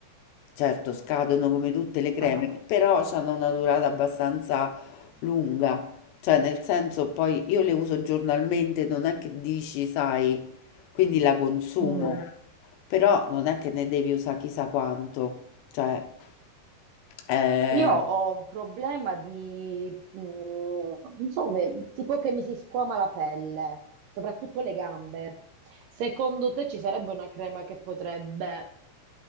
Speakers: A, on the left; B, on the right.
A: certo, scadono come tutte le creme,
B: Eh.
A: però hanno una durata abbastanza lunga. Cioè, nel senso, poi io le uso giornalmente, non è che dici, sai, quindi la consumo,
B: Mm.
A: però non è che ne devi usare chissà quanto. Cioè, eh,
B: Io ho un problema di, mm, insomma, tipo che mi si squama la pelle, soprattutto le gambe. Secondo te ci sarebbe una crema che potrebbe